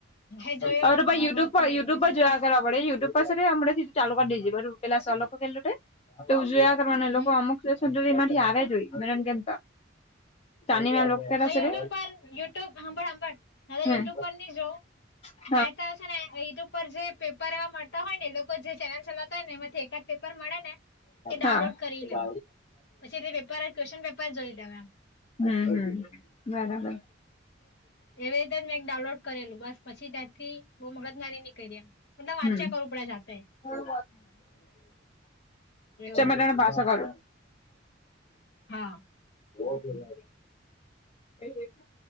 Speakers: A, on the left; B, on the left.
A: મેં
B: હવે
A: જોયેલું
B: તો
A: ને
B: ભાઈ
A: મેં
B: યુટ્યુબ
A: હતું
B: પર
A: બધું
B: યુટ્યુબ
A: એટલે
B: પર જોયા
A: તમે
B: કરવા પડે યુટ્યુબ પસી તહી હમણેથી જ ચાલુકર દેજે બરું પેલા સર લોકો કરલુ તે તેવું જોયા કરવાનું
A: હમ
B: અમુક દે તો તેમાંથી આવે જો હોય મેં તને કેમતો. શાનીવાલુ લોક પેલા
A: મેં
B: શે
A: યુટ્યુબ
B: તે
A: પર યુટ્યુબ હાંભળ હાંભળ હવે
B: હમ્મ.
A: યુટ્યુબ પર ની જોઉં
B: હ
A: મેં તો છે ને યુટ્યુબ ઉપર જે પેપર એવા મળતાં હોય ને એ લોકો જે ચેનલ ચલાવતાં હોય ને એમાંથી એકાદ પેપર મળે ને તે ડાઉનલોડ
B: હા
A: કરી લેવું પછી તે પેપર ક્વેશ્ચન પેપર જોઈ લેવ એમ.
B: હા હા બરાબર.
A: એવી રીતે જ મેં એક ડાઉનલોડ કરેલું બસ પછી ત્યારથી બઉ મગજ ની કયરી એમ. મતલબ વાંચ્યા
B: હમ્મ
A: કરવું પડે જાતે
B: હમ્મ.
A: એવું
B: ચલ મેં તને પાછો કરું.
A: હા.
B: ઓ